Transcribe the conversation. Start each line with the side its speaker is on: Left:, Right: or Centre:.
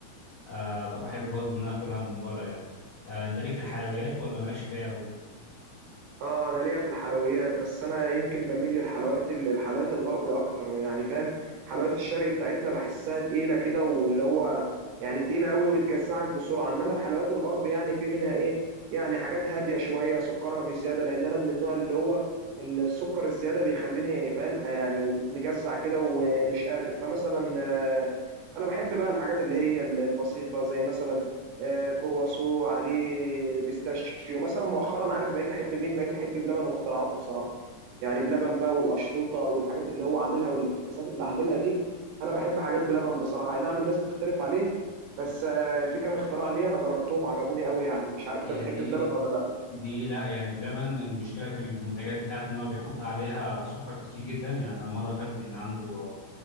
Left: آه فبحب برضه ان انا اكلها من بره يعني آه انت ليك في الحلويات ولا مالكش فيها قوي
Right: اه انا ليا في الحلويات بس انا يمكن بميل للحلويات الحلويات الغربي اكتر يعني فاهم حلويات الشرق بتاعتنا بحسها تقيله كده واللي هو يعني تقيله قوي وتجزعك بسرعه انما الحلويات الغرب يعني في منها ايه يعني حاجات هاديه شويه سكرها مش زياده لان انا من النوع اللي هو السكر الزياده بيخليني فاهم آه، يعني مجزع كده ومش قادر فمثلا آه، انا بحب بقى الحاجات اللي هي البسيطه زي مثلا آه، كرواسو عليه بيستاشيو مثلا مؤخرا عارف بقيت احب مين بقيت احب بلبن واختراعاته بصراحه يعني بلبن بقى والقشطوطه والحاجات اللي هو عاملها والافتكاسات اللي عاملها دي انا بحب حاجات بلبن بصراحه اي نعم الناس بتختلف عليه بس آه، في كام اختراع ليه انا جربتهم وعجبوني قوي يعني مش عارف انت
Left: هي
Right: بتحب
Left: دي
Right: بلبن ولا لا
Left: دي لا يعني بلبن المشكله في المنتجات بتاعته ان هو بيحط عليها سكر كتير جدا يعني انا مره اكلت من عنده آه،